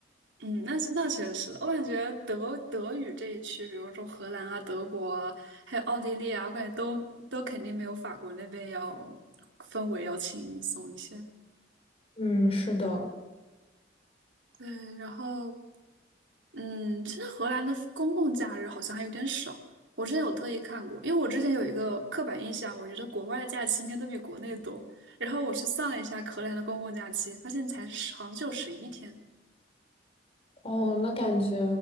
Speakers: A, on the right (about 80°); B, on the left (about 35°).
A: 嗯，那是那确实，我感觉德德语这一区，比如说荷兰啊、德国啊，还有奥地利啊，我感觉都都肯定没有法国那边要氛围要轻松一些。
B: 嗯，是的。
A: 对，然后。嗯，其实荷兰的公共假日好像还有点少。我之前有特意看过，因为我之前有一个刻板印象，我觉得国外的假期应该都比国内多。然后我去算了一下荷兰的公共假期，发现才十好像就十一天。
B: 哦，那感觉